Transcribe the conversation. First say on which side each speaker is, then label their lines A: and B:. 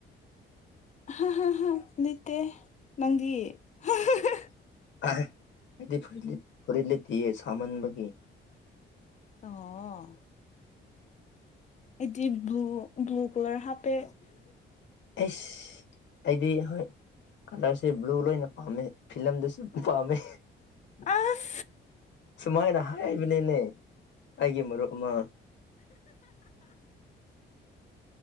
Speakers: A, on the left; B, on the left.
A: ꯍꯥ ꯍ ꯍ ꯂꯤꯠꯇꯦ ꯅꯪꯗꯤ ꯍꯥ ꯍ ꯍꯥ꯫
B: ꯑꯥꯏ ꯑꯩꯗꯤ ꯐꯨꯔꯤꯠ ꯂꯤꯠ ꯐꯨꯔꯤꯠ ꯂꯤꯠꯇꯤꯌꯦ ꯁꯥꯃꯟꯕꯒꯤ꯫
A: ꯑꯣ꯫ ꯑꯥ꯫ ꯑꯩꯗꯤ ꯕ꯭ꯂꯨ ꯕ꯭ꯂꯨ ꯀꯂꯔ ꯍꯥꯞꯄꯦ꯫
B: ꯑꯩꯁ ꯑꯩꯗꯤ ꯍꯣꯏ꯫ ꯀꯂꯔꯁꯦ ꯕ꯭ꯂꯨ ꯂꯣꯏꯅ ꯄꯥꯝꯃꯦ ꯐꯤꯂꯝꯗꯁꯨ ꯄꯥꯝꯃꯦ꯫
A: ꯑꯁ
B: ꯁꯨꯃꯥꯏꯅ ꯍꯥꯏꯕꯅꯤꯅꯦ ꯑꯩꯒꯤ ꯃꯔꯨꯞ ꯑꯃ꯫